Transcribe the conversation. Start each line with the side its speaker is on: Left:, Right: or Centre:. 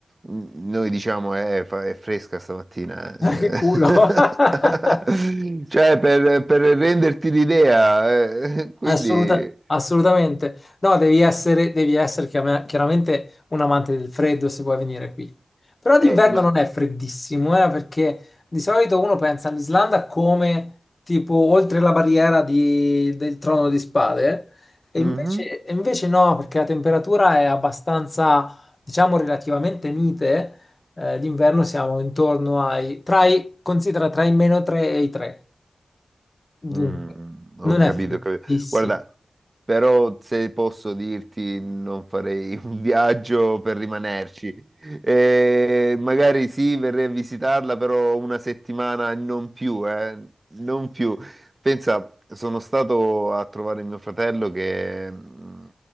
Right: noi diciamo, eh, fa- è fresca stamattina. eh",
Left: Ma
Right: Cioè,
Left: Che culo. <laughs>
Right: <laughs> Cioè, per, per renderti l'idea, eh, quindi,
Left: Assoluta- assolutamente. No, devi essere, devi essere chiama- chiaramente un amante del freddo se vuoi venire qui. Però d'inverno
Right: eh, ma...
Left: non è freddissimo, eh, perché di solito uno pensa all'Islanda come tipo oltre la barriera di- del trono di spade, e
Right: Mhm.
Left: invece, e invece no, perché la temperatura è abbastanza, diciamo, relativamente mite. Eh, d'inverno siamo intorno ai, tra i, considera tra i meno 3 e i 3. Dunque,
Right: Mm, ho
Left: non
Right: capito,
Left: è freddissimo.
Right: ho capito. Guarda, però se posso dirti non farei <laughs> un viaggio per rimanerci. Eh, magari sì, verrei a visitarla, però una settimana non più, eh, non più. Pensa, sono stato a trovare mio fratello che mm,